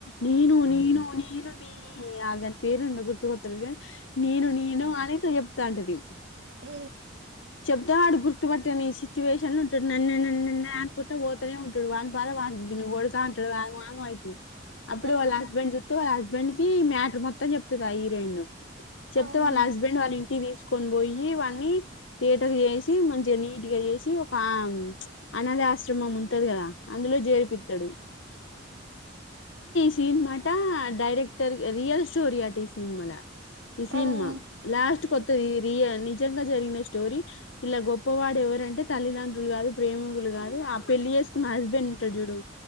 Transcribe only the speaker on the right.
మ్
ఉమ్,
అవునా
ఆ
ఉమ్,